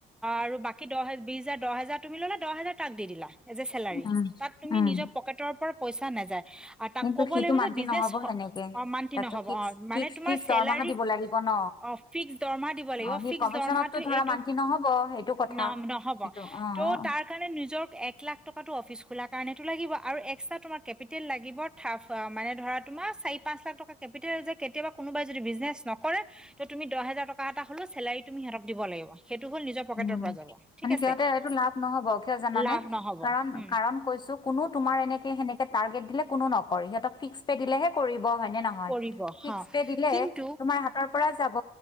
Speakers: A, in the centre; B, on the left.
A: আৰু বাকী দহ -বিশ হাজাৰ দহ হাজাৰ তুমি ললা, দহ হাজাৰ তাক দি দিলা, এজ এ চেলাৰী।
B: উম,
A: তাত তুমি
B: উম।
A: নিজৰ পকেটৰ পৰা পইচা নাযায়। আৰু তাক
B: কিন্তু
A: ক'ব
B: সিতো
A: লাগিব
B: মান্তি
A: যে বিজনেছ
B: নহব সেনেকে,
A: অ মান্থলি
B: তাক
A: নহ'ব
B: ত' ফিক্স
A: অ মানে
B: ফিক্স
A: তোমাৰ
B: ফিক্স
A: চেলাৰী
B: দৰমহা দিব লাগিব ন
A: অ ফিক্স দৰমহা দিব লাগিব,
B: অ' সি
A: ফিক্স
B: কমিশনতটো
A: দৰমহাটো
B: ধৰা
A: এইটো
B: মান্তি
A: ন
B: নহ'ব সেইটো কথা।
A: নহ'ব
B: সেইটো অ'।
A: ত' তাৰ কাৰণে নিজৰ এক লাখ টকাটো অফিচ খোলাৰ কাৰণে- টো লাগিব আৰু এক্সট্ৰা তোমাৰ কেপিটেল লাগিব, থাফ মানে তোমাৰ চাৰি-পাঁচ লাখ টকা কেপিটেল যে কেতিয়াবা কোনোবাই যদি বিজনেছ নকৰে- ত তুমি দহ হাজাৰ টকা এটা হ'লেও চেলাৰী তুমি সিহঁতক দিব লাগিব। সেইটো হ'ল নিজৰ পকেটৰ
B: উম,
A: পৰা যাব ঠিক
B: মানে
A: আছে
B: সিহঁতে এইটো লাভ নহব কিয় জানানে,
A: লাভ নহ'ব
B: কাৰণ
A: উম
B: কাৰণ কৈছো কোনো তোমাৰ এনেকে সেনেকে টাৰ্গেট দিলে কোনো নকৰে সিহঁতক ফিক্স কে দিলেহে কৰিব। হয় ন নহয়,
A: কৰিব হা
B: ফিক্স পে দিলে
A: কিন্তু
B: তোমাৰ হাতৰ পৰা যাব।